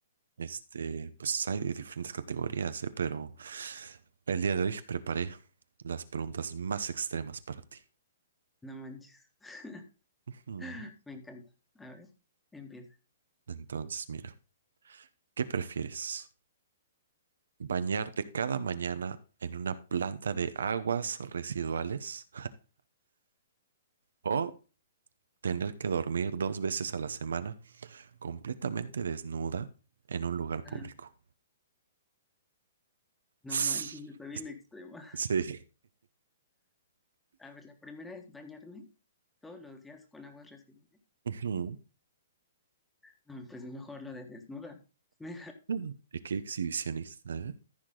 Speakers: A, on the right; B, in the centre.
A: Este, pues hay de diferentes categorías, ¿eh? Pero el día de hoy preparé las preguntas más extremas para ti.
B: No manches. <laughs>
A: Ujú.
B: Me encanta. A ver, empieza.
A: Entonces, mira, ¿qué prefieres? ¿Bañarte cada mañana en una planta de aguas residuales o tener que dormir dos veces a la semana completamente desnuda en un lugar
B: Ah,
A: público?
B: no
A: <sniffs>
B: manches, está bien extrema.
A: Sí.
B: <laughs> A ver, la primera es bañarme todos los días con aguas residuales.
A: <laughs>
B: No, pues mejor lo de desnuda. <laughs>
A: <laughs> Es que exhibicionista, ¿eh?